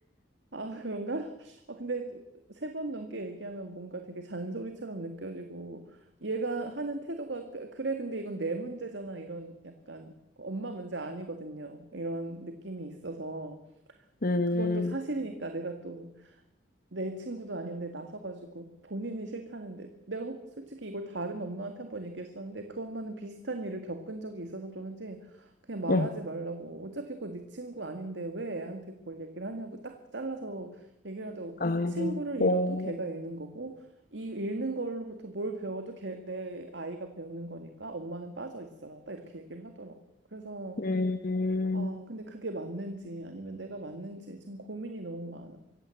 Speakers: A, on the right (about 75°); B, on the left (about 50°).
A: 아, 그런가? <laughs> 아, 근데 세 번 넘게 얘기하면 뭔가 되게 잔소리처럼 느껴지고, 얘가 하는 태도가, 그- 그래, 근데 이건 내 문제잖아. 이런 약간, 엄마 문제 아니거든요. 이런 느낌이 있어서,
B: 음,
A: 그건 또 사실이니까 내가 또 내 친구도 아닌데 나서가지고 본인이 싫다는데 내가 혹- 솔직히 이걸 다른 엄마한테 한번 얘기했었는데 그 엄마는 비슷한 일을 겪은 적이 있어서 그런지 그냥 말하지
B: 어,
A: 말라고 어차피 그거 네 친구 아닌데 왜 애한테 그걸 얘기를 하냐고 딱 잘라서 얘기를 하고
B: 아,
A: 친구를
B: 뭐,
A: 잃어도 걔가 잃는 거고 이 잃는 걸로부터 뭘 배워도 걔, 내 아이가 배우는 거니까 엄마는 빠져 있어라 딱 이렇게 얘기를 하더라고 그래서
B: 음.
A: 아 근데 그게 맞는지 아니면 내가 맞는지 지금 고민이 너무 많아